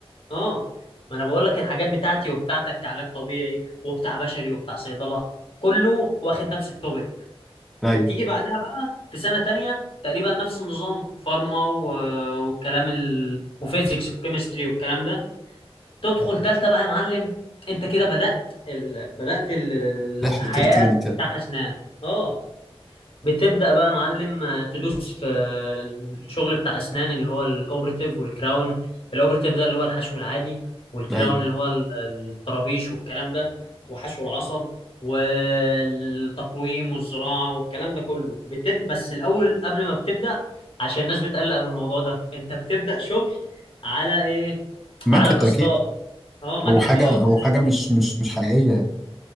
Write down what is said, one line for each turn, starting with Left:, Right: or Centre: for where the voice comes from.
Left: اه ما انا بقول لك الحاجات بتاعتي وبتاعتك كعلاج طبيعي وبتاع بشري وبتاع صيدله كله واخد نفس التوبيك
Centre: ايوه
Left: بتيجي بعدها بقى في سنه تانية تقريبا نفس النظام فارما و... والكلام ال... وفيزيكس والكيمستري والكلام ده تدخل تالتة بقى يا معلم انت كده بدأت ال... بدأت ال-
Centre: رحلة
Left: الحياة
Centre: الكلينيكال
Left: بتاع أسنان اه بتبدأ بقى يا معلم آه، تدوس في الشغل بتاع أسنان اللي هو الأوبرتيف والكراون الأوبرتيف ده اللي هو الحشو العادي والكراون
Centre: ايوه
Left: اللي هو ال- الطرابيش والكلام ده وحشو العصب والتقويم والزراعة والكلام ده كله بتب... بس الأول قبل ما بتبدأ عشان الناس بتقلق من الموضوع ده انت بتبدأ شغل على ايه
Centre: ماكت
Left: على كاستات
Centre: اكيد
Left: اه ماكت
Centre: او حاجه
Left: اه
Centre: او
Left: زي-
Centre: حاجه مش مش مش حقيقيه